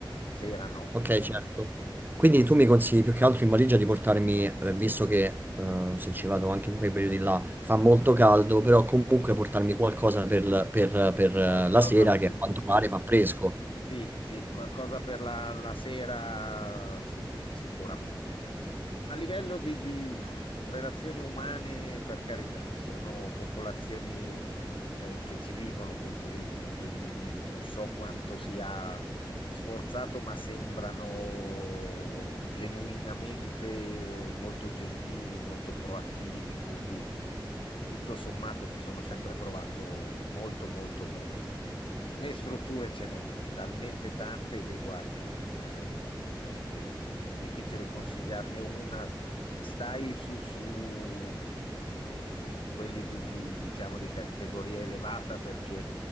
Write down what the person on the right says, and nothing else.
Ok, certo. Quindi tu mi consigli più che altro in valigia di portarmi, eh, visto che eh, se ci vado anche in quei periodi là fa molto caldo, però comunque portarmi qualcosa per, l- per- per, eh,
la sera che
a quanto
pare fa fresco.